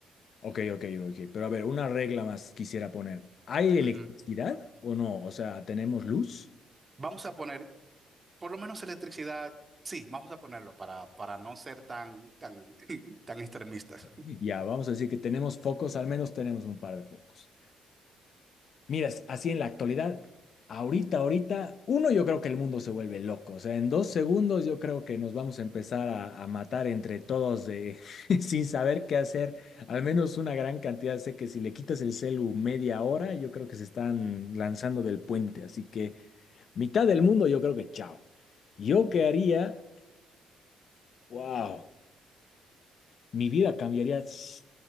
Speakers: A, on the left (about 55°); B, on the right (about 25°).
A: Ok, ok, ok, pero a ver, una regla más quisiera poner. ¿Hay electricidad
B: Ujú.
A: o no? O sea, ¿tenemos luz?
B: Vamos a poner por lo menos electricidad, sí, vamos a ponerlo para, para no ser tan, tan, <laughs> tan extremistas.
A: Ya, vamos a decir que tenemos focos, al menos tenemos un par de focos. Miras, así en la actualidad, ahorita, ahorita, uno, yo creo que el mundo se vuelve loco. O sea, en dos segundos yo creo que nos vamos a empezar a, a matar entre todos de, <laughs> sin saber qué hacer. Al menos una gran cantidad. Sé que si le quitas el celu media hora, yo creo que se están lanzando del puente. Así que mitad del mundo, yo creo que chao. Yo qué haría, wow. mi vida cambiaría s-